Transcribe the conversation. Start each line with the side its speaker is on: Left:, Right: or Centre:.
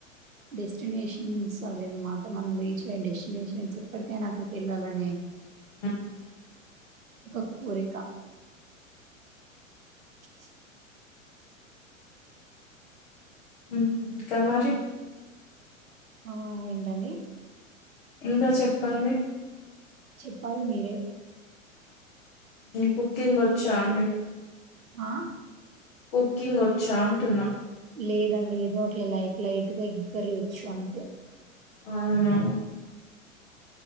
Right: డెస్టినేషన్స్ అవి అన్నమాట. మనం రీచ్ అయ్యే డెస్టినేషన్స్ ఎప్పటికైనా అక్కడికి వెళ్ళాలని
Left: ఆ <inaudible>
Right: ఒక కోరిక <inaudible>
Left: ఇంకా మరి
Right: ఆ ఏంటండి
Left: ఇంకా చెప్పండి
Right: చెప్పాలి మీరే
Left: కుకింగ్ వచ్చా అండి
Right: ఆ
Left: కుకింగ్ వచ్చా అంటున్నా
Right: లేదండి ఏదో అట్ల లైట్ లైట్ గా ఎగ్ కర్రీ వచ్చు అంతే
Left: అవునా